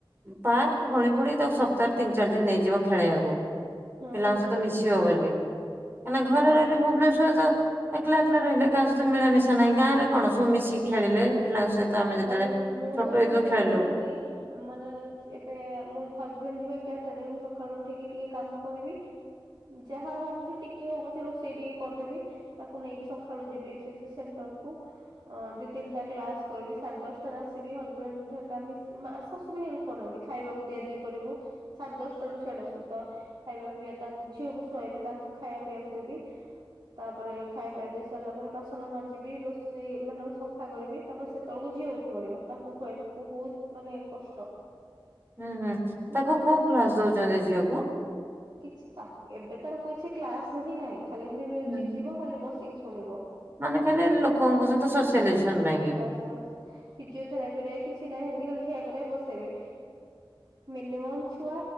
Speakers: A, on the right (about 25°); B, on the right (about 55°).
A: ପାର୍କ ଗଳି ପଡିି ତାକୁ ସପ୍ତାହ ତିନି ଚାରି ଦିନ ନେଇଯିବ ଖେଳେଇବାକୁ।
B: ହୁଁ
A: ପିଲାଙ୍କ ସହିତ ମିଶିବ ବୋଲି କାହିଁକିନା ଘରେ
B: ବାସ୍
A: ର ଭୁବନେଶ୍ୱରରେ ତ ଏକଲା ଏକଲା ରହିଲେ କାହା ସହିତ ମିଳାମିଶା ନାହିଁ ଗାଁ ରେ କଣ ସବୁ ମିଶି ଖେଳିଲେ। ପିଲାଙ୍କ ସହିତ
B: <inaudible>
A: ଆମେ ଯେତେବେଳେ
B: ବାସ୍ ମୁଁ
A: ଛୋଟ
B: ତ
A: ହେଇଥିଲୁ
B: ବିଶ୍ଵାସ
A: ଖେଳିଲୁ
B: କରନ୍ତି ମାନେ ଏବେ ମୋ ହଜବେଣ୍ଡ ଯିବେ ଏଗାରଟାରେ ମୁଁ ସକାଳୁ ଉଠିକି ଟିକେ କାମ କରିବି। ଯାହା ହଉ ପଛେ ଟିକେ ହଉ ପଛେ ରୋଷେଇ ଟିକେ କରିଦେବି। ତାକୁ ନେଇକି ସକାଳୁ ଯିବି ସେ ସେଣ୍ଟରକୁ ଦି ତିନିଟା କ୍ଲାସ୍ କରିବି ସାଢେ ଦଶଟାରେ ଆସିବି ହଜବେଣ୍ଡ ଠ ମି ଶାଶୁ ବି ହେଲ୍ପ କରନ୍ତି ଖାଇବାକୁ ଦିଆ ଦି କରିବୁ ସାଢେ ଦଶଟା ରୁ ସେଆଡୁ ଆସିବୁ ତ ଖାଇବା ପିଇବା ତାଙ୍କୁ ଝିଅକୁ ଶୁଆଇବି ତାଙ୍କୁ ଖାଇବା ପିଇକୁ ଦେବି। ତାପରେ ଖାଇବା ପିଇବା ଦେଇ ସାରିଲା ପରେ ବାସନ ମାଜିବି ରୋଷେଇ ମାନେ ସଫା କରିବି। ତାପରେ ସେତେବେଳକୁ ଯିଅ ଉଠି ପଡିବ ତାକୁ ଖୁଆଇବି ବହୁତ ମାନେ କଷ୍ଟ।
A: ହୁଁ ହୁଁ
B: ମାନେ
A: ତାକୁ କୋଉ କ୍ଲାସ ଦଉଛନ୍ତି ଝିଅକୁ।
B: କିଛି ତା ଏବେ ତାର କିଛି କ୍ଲାସ ହିଁ ନାହିଁ ଖାଲି ଏମିତି ମୁଜିକ
A: ହୁଁ।
B: ଯିବ ଖାଲି ବସିକି ଶୁଣିବ।
A: ମାନେ ଖାଲି ଲୋକଙ୍କ ସହିତ ସୋସିଆଲାଇଜେସନ ପାଇଁ କି?
B: <unintelligible> ଫିେରାପି ରେ କିଛି ନାହିଁ ସେମିତି ଖାଲି ଠିଆ କରେଇ ବସେଇବେ। ମିନିମମ୍ ଛୁଆ